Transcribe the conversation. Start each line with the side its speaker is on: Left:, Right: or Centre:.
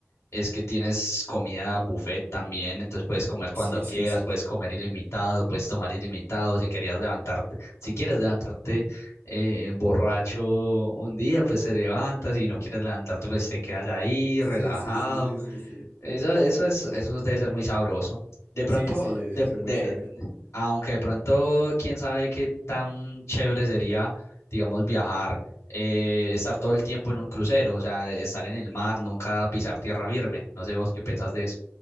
Left: es que tienes comida buffet también, entonces puedes comer cuando
Right: Sí,
Left: quieras,
Right: sí, sí.
Left: puedes comer ilimitado, puedes tomar ilimitado, si querías levantarte, si quieres levantarte eh, borracho un día, pues te levantas, si no quieres levantarte, pues te quedas ahí
Right: Sí,
Left: relajado.
Right: sí, sí, sí, sí, sí.
Left: Eso, eso es, eso debe ser muy sabroso. De pronto,
Right: Sí, sí, eso
Left: de,
Right: es
Left: de-
Right: muy chévere.
Left: aunque de pronto, quién sabe qué tan chévere sería, digamos, viajar, eh, estar todo el tiempo en un crucero, o sea, estar en el mar, nunca pisar tierra firme. No sé vos qué pensás de eso.